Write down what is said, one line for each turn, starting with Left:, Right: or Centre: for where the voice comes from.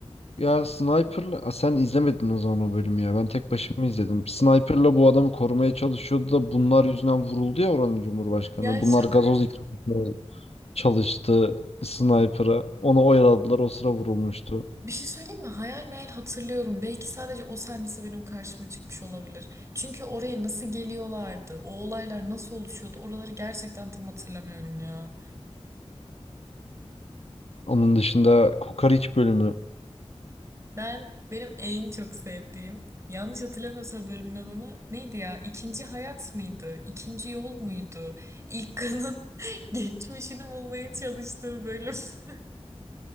Left: Ya sniperla Aa, sen izlemedin o zaman o bölümü ya ben tek başıma izledim. Sniperla bu adamı korumaya çalışıyordu da bunlar yüzünden vuruldu ya oranın cumhurbaşkanı.
Right: Ya
Left: Bunlar
Right: şaka.
Left: gazoz ikramı çalıştı sniper'a. Onu oyaladılar o sıra vurulmuştu.
Right: Bir şey söyleyeyim mi? Hayal meyal hatırlıyorum. Belki sadece o sahnesi benim karşıma çıkmış olabilir. Çünkü oraya nasıl geliyorlardı? O olaylar nasıl oluşuyordu? Oraları gerçekten tam hatırlamıyorum ya.
Left: Onun dışında Kokoreç bölümü.
Right: Ben benim en çok sevdiğim yanlış hatırlamıyorsam bölümün adını neydi ya? İkinci hayat mıydı? İkinci yol muydu? İlk kanın <laughs> geçmişini bulmaya çalıştığı bölüm. <laughs>